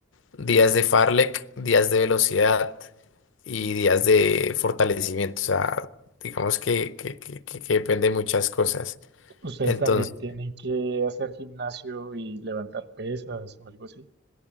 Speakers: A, on the left (about 80°); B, on the right (about 55°).
A: días de Farlek, días de velocidad y días de fortalecimiento. O sea, digamos que, que, que, que- que depende de muchas cosas.
B: Ustedes
A: Entonces,
B: también tienen que hacer gimnasio y levantar pesas o algo así.